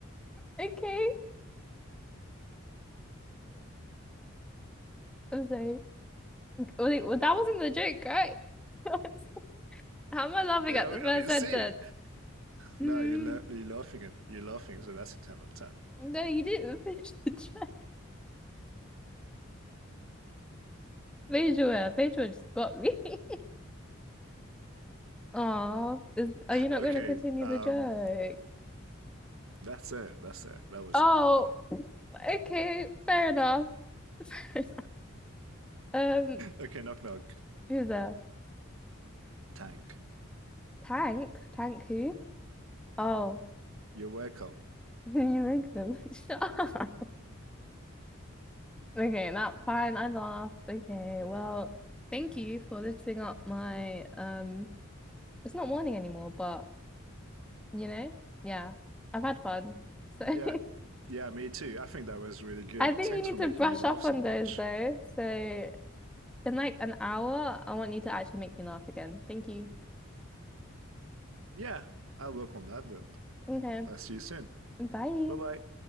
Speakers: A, in the centre; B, on the right.
A: okay. I'm sorry. Wait, well, that wasn't the joke, right? <laughs> How am I laughing
B: Yeah,
A: at the
B: I mean,
A: first
B: I mean,
A: sentence?
B: see.
A: Hmm.
B: No, you're la you're laughing at you're laughing, so that's a ten on ten.
A: No, you didn't <laughs> finish the joke. Facial hair, facial hair just got me. <laughs> Oh, is are you not
B: Okay,
A: going to continue
B: um,
A: the joke?
B: that's it. That's it. That was
A: Oh,
B: it.
A: okay, fair enough. <laughs> Fair enough. Um,
B: okay, knock knock.
A: who's there?
B: Tank.
A: Tank? Tank who? Oh,
B: You're welcome.
A: <laughs> you make them. <laughs> Shut up. Okay, that fine. I laughed. Okay, well, thank you for lifting up my um. It's not morning anymore, but you know, yeah, I've had fun. So
B: Yeah.
A: <laughs>
B: Yeah, me too. I think that was really good.
A: I think
B: Thanks
A: you need
B: for making
A: to brush
B: me laugh
A: up
B: so
A: on
B: much.
A: those though. So in like an hour, I want you to actually make me laugh again. Thank you.
B: Yeah, I'll work on that then.
A: Okay,
B: I'll see you soon.
A: bye.
B: Bye bye.